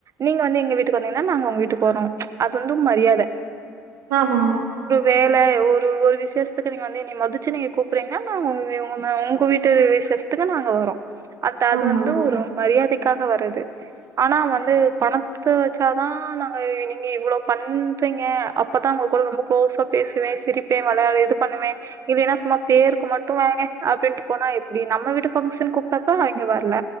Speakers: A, on the right; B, on the right.
A: நீங்க வந்து எங்க வீட்டுக்கு வந்தீங்னா நாங்க ஒங்வீட்டுக்கு வரோ அது வந்து மரியாத
B: ஆமா ஆமா
A: வேலே ஒரு ஒரு விசேஷ் துக்கு நீங்க வந்து எண்ணிய மதுச்சு நீங்க கூப்புறீங்னா நாங்க உங்கே உங்கமா உங்க வீட்டு விசேஷ்த்துக்கு நாங்க வரோ அந்த அது
B: ஆமா
A: வந்து
B: ஆமா
A: ஒரு மரியாதைக்காக வரது ஆனா வந்து பண த்த வச்சாதா நாங்க நீங்க இவுளோ பண்றீங்க அப்பதா உங்க கூட ரொம்போ குளோஸா பேசுவே சிரிப்பே வளயாடி இது பண்ணுவே நீ வேனா சும்மா பேருக்கு மட்டு வாங்க அப்டின்ட்டு போனா எப்டி நம்ம வீட்டு பங்க்ஷனுக் கூப்ட்டப்ப அவிங்க வர்ல